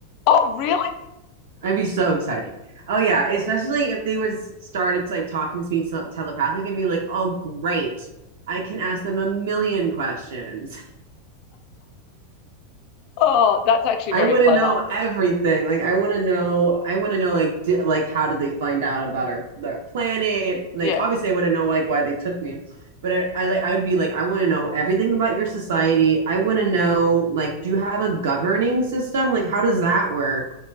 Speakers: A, on the left; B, on the right.
A: Oh, really?
B: I'd be so excited. Oh yeah, especially if they was started to like talking to me tel- telepathic and be like, "Oh great. I can ask them a million questions.
A: Oh, that's
B: <laughs>
A: actually
B: I
A: very
B: want
A: clever.
B: to know everything. Like I want to know I want to know like di- like how did they find out about our, our planet? Like
A: Yeah.
B: obviously I want to know like why they took me. But I, I like I would be like I want to know everything about your society. I want to know like do you have a governing system? Like how does that work?